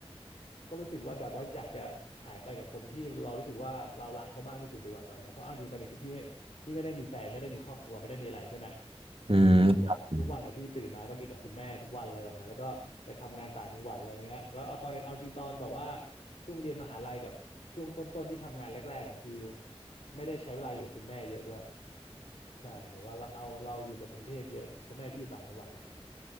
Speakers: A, on the left; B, on the right.
A: ก็รู้สึกว่าแบบว่าอยากจะหายไปกับคนที่เรารู้สึกว่าเรารักเขามากที่สุดดีกว่าตอนเนี้ยเพราะเอาจริงตอนนี้คือพี่ไม่พี่ไม่ได้มีแฟนไม่ได้มีครอบครัวไม่ได้มีอะไรใช่ไหม
B: อืมครับ
A: ชีวิตอะทุกวันอะพี่ตื่นมาก็มีแต่คุณแม่ทุกวันอะไรแบบนั้นแล้วก็ไปทำงานต่างจังหวัดอะไรเงี้ยแล้วเอาตอนเอาจริงตอนแบบว่าช่วงเรียนมหาลัยกับช่วงต้นๆที่ทำงานแรกๆอะคือไม่ได้ใช้เวลาอยู่กับคุณแม่เยอะด้วยใช่แบบว่าเราเอาเราอยู่แต่กรุงเทพเยอะเพราะแม่พี่อยู่ต่างจังหวัดไง